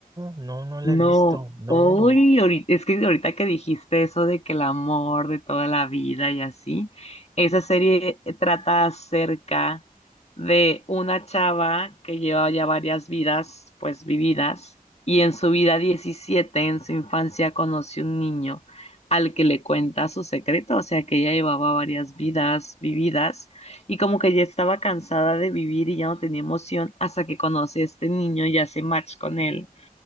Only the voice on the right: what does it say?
no, no la
he visto. No.